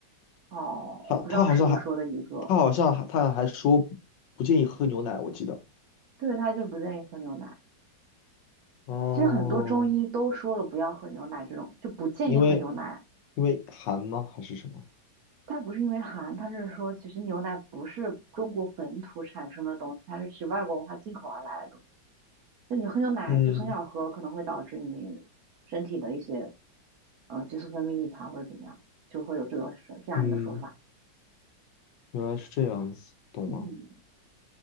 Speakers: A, on the right; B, on the left.
A: 哦，
B: 他他好像还
A: 我不知道是不是说的一个，
B: 他好像还他还说不不建议喝牛奶，我记得。
A: 对，他就是不建议喝牛奶。
B: 哦，
A: 其实很多中医都说了不要喝牛奶，这种就不建议喝牛奶。
B: 因为因为寒吗？还是什么？
A: 它不是因为寒，他是说其实牛奶不是中国本土产生的东西，它是其外国文化进口而来的东西。那你喝牛奶就从小喝，
B: 嗯
A: 可能会导致你。身体的一些。呃激素分泌异常或者怎么样，就会有这个是这样一个说法。
B: 嗯，原来是这样子，懂了。
A: 嗯，